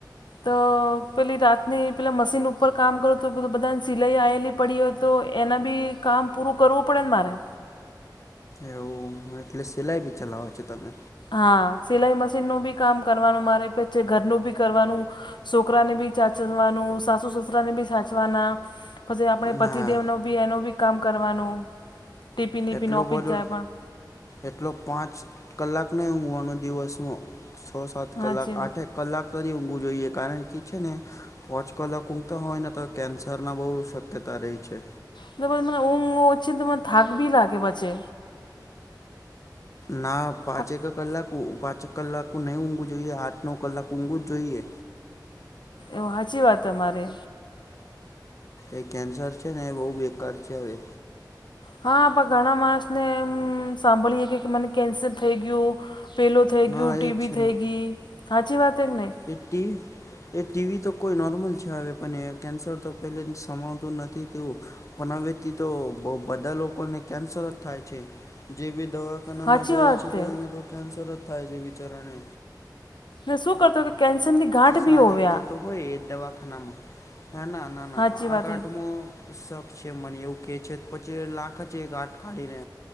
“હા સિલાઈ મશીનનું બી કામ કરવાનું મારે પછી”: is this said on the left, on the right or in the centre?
Left